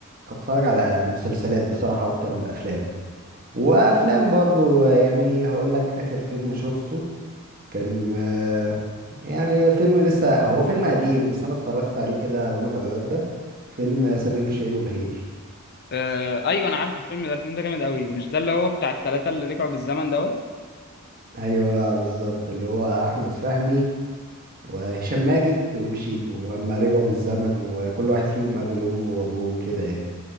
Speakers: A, on the right; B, on the left.
A: اتفرج على مسلسلات بصراحه اكتر من الافلام وافلام برضو يعني هقول لك اخر فيلم شفته كان آه، يعني فيلم لسه هو فيلم قديم بس انا اتفرجت عليه كده وانا بتغدى فيلم سمير وشهير وبهير
B: آه ايوه انا عارف الفيلم ده الفيلم ده جامد قوي مش ده اللي هو بتاع التلاتة اللي رجعوا بالزمن دوت
A: ايوه بالظبط اللي هو احمد فهمي وهشام ماجد وشيكو اما رجعوا بالزمن وكل واحد فيهم قابل امه وابوه كده يعني